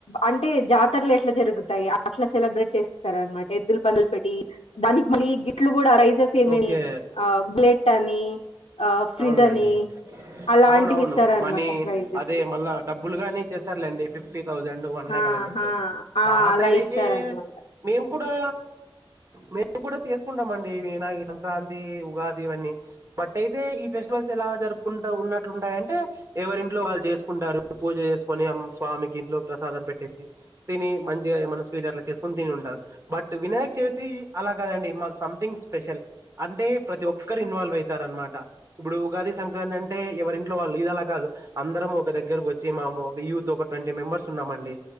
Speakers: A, on the left; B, on the right.
A: అంటే జాతలు ఎట్ జరుగుతాయి అట్లా సెలబ్రేట్ చేస్తార అనమాట గిలు పందులు పెట్టి దానికి మళ్ళీ ఇట్లు కూడా రైజెస్ ఏమి
B: ఓకే
A: ఆ బ్లెట్ అని ఆ ఫ్రిజ్
B: అవునులేండి
A: అని అలాంటివి
B: అవున అవును
A: ఇస్తారనమాట
B: మనీ
A: ప్రైజెస్
B: అదే మళ్ళా డబ్బులు గాని ఇచ్చేస్తారులేండి ఫిఫ్టీ థౌజండ్ రండు వన్ లక్
A: ఆ
B: అలా చెప్తారు
A: ఆ
B: మా
A: అలా
B: సైడ్
A: ఇస్తారనమాట
B: అయితే మేము కూడా మేము కూడా చేసుకుంటామ అండి నా సంక్రాంతి ఉగాది ఇవన్నీ బట్యి అయ్తే ఇ ఎలా జరుపుకుంటా ఉన్నా టాయంటే ఎవరింట్లో వాళ్ళు చేసుకుంటారు పూజ చేసుకొని స్వామికి ఇంట్లో ప్రసాదం పెట్టేసి తిని మంచిగా ఏమన్నా స్వీటర్ చేసుకుొని తిని ఉంటారు బట్ ట వినాయక్ చె త అలాగదండి మా సంథింగ్ స్పెషల్ అంటే ప్రతి ఒక్కరు ఇన్వాల్వ్ అవుతార అనమాట ఇప్పుడు ఉగాది సంక్రాంతి అంటే ఎవరింట్లో వాళ్ళు ఇది అలా కాదు అందరం ఒక దగ్గరకు వచ్చి మాము యూత్ ఒక ట్వంటీ మెంబర్స్ ఉన్నామండి